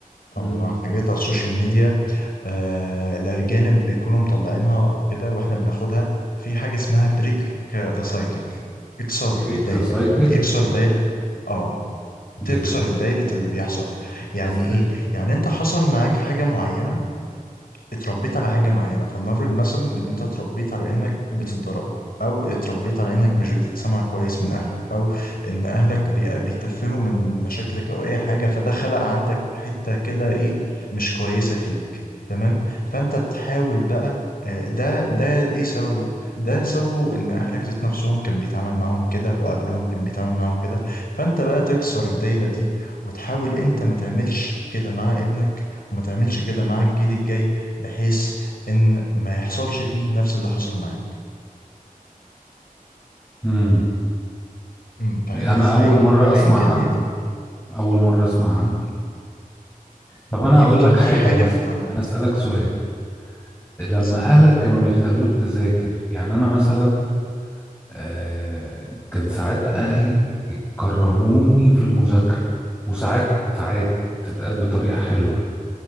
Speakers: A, on the left; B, on the left.
A: مم.
B: او حاجات على السوشيال ميديا آه، الأجانب بيكونوا مطلعينها أو كده وإحنا بناخدها في حاجة اسمها بريك ذا سايكل اكسر
A: بريك
B: الدايرة
A: ذا سايكل
B: يعني اكسر دايرة آه تكسر
A: دي إز-
B: الدايرة اللي بيحصل يعني
A: إزاي
B: إيه؟ يعني أنت حصل معاك حاجة معينة اتربيت على حاجة معينة فلنفرض مثلا ان انت اتربيت على انك بتتضرب او اتربيت على انك مش بتتسمع كويس من اهلك او ان اهلك بي- بيتفهوا من مشاكلك او اي حاجة فده خلق عندك حتة كده ايه مش كويسة فيك تمام فانت تحاول بقى آه، ده ده ايه سببه ده سببه ان اهلك ذات نفسهم كان بيتعامل معاهم كده وقبلهم كان بيتعامل معاهم كده فانت بقى تكسر الدايرة دي وتحاول انت ما تعملش كده مع ابنك وما تعملش كده مع الجيل الجاي بحيث ان ما يحصلش فيه نفس اللي حصل معاك
A: مم.
B: أمم، فاهمني
A: أنا
B: ازاي
A: أول مرة
B: فيمكن
A: أسمع عنها
B: هي دي
A: أول مرة أسمع عنها
B: أمم،
A: طب أنا
B: يمكن
A: أقول لك حاجة
B: دي حاجة
A: مثلا
B: في اتعملت
A: أنا أسألك سؤال
B: أمم،
A: لما
B: اسألني
A: اهلك كانوا بيخلوك تذاكر يعني انا مثلا آه، كان ساعات اهلي يكرهوني في المذاكره وساعات عادي تتقال بطريقه حلوه